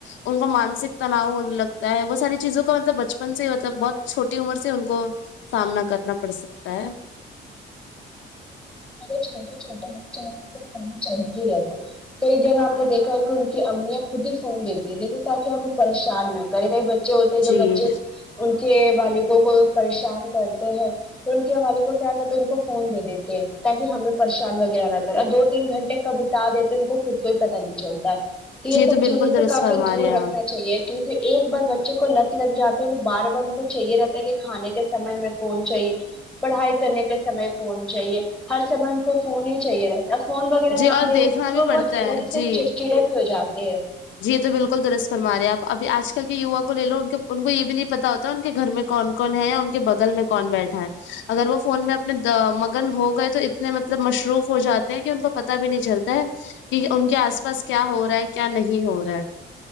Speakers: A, on the left; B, in the centre.
A: ان کو مانسک تناؤ ہونے لگتا ہے وہ ساری چیزوں کا مطلب بچپن سے مطلب بہت چھوٹی عمر سے ان کو سامنا کرنا پڑ سکتا ہے
B: میرے چھوٹے چھوٹے بچے ہے جنکو فون چاہیے ہی رہتا ہے تو اس جگہ ہم نے دیکھا ہو کہ ان کی امیاں خود ہی فون دیتی ہے تاکہ ہمیں پریشان نہ کائی کائی بچے ہوتے ہیں جو
A: جی
B: بچے ان کے والدوں کو پریشان کرتے ہیں تو ان کے والد کو کیا کہتے ان کو فون دے دیتے تاکہ ہمیں پریشان وغیرہ نہ کرے اور دو تین گھنٹے کب اتار دیتے ان کو خود کو ہی پتا نہیں چلتا تو یہ
A: جی
B: سب
A: بالکل
B: چیزوں
A: درست
B: سے کافی
A: فرما
B: دور
A: رہے ہیں آپ
B: رکھنا چاہیے کیونکہ ایک بار بچے کو لت لگ جاتی ہے تو بار بار ان کو چاہیے رہتا ہے کہ کھانے کے سمے میں فون چاہیے پڑھائی کرنے کے سمے فون چاہیے ہر سمے ان کو فون ہی چاہیے رہتا یا فون وغیرہ
A: جی
B: نہ
A: اور
B: دینے
A: دیکھنا
B: پر بھی وہ
A: پڑتا
B: بہت الگ
A: ہے
B: ہی سے
A: جی
B: چڑچڑے بھی ہو جاتے ہیں
A: جی یہ تو بلکل درست فر مارے آپ ابھی آج کل کے یوا کو لے لو ان کو یہ بھی نہیں پتا ہوتا ان کے گھر میں کون کون ہے یا ان کے بگل میں کون بیٹھا ہے اگر وہ فون میں اپنے مگن ہو گئے تو اتنے مطلب مصروف ہو جاتے ہیں کہ ان کو پتہ بھی نہیں چلتا ہے کہ ان کے آس پاس کیا ہو رہا ہے کیا نہیں ہو رہا ہے